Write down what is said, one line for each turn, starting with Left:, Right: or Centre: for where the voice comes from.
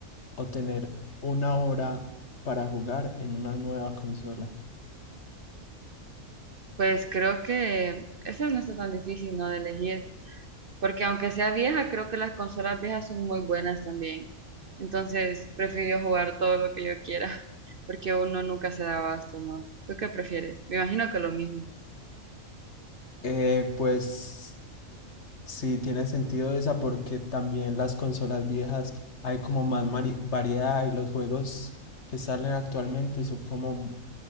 Left: o tener una hora para jugar en una nueva consola?
Right: Pues creo que eso no está tan difícil, ¿no? De elegir. Porque aunque sea vieja, creo que las consolas viejas son muy buenas también. Entonces prefiero jugar todo lo que yo quiera. <laughs> Porque uno nunca se da abasto, ¿no? ¿Tú qué prefieres? Me imagino que lo mismo.
Left: Eh, pues Sí, tiene sentido esa porque también las consolas viejas hay como más mari- variedad y los juegos que salen actualmente son como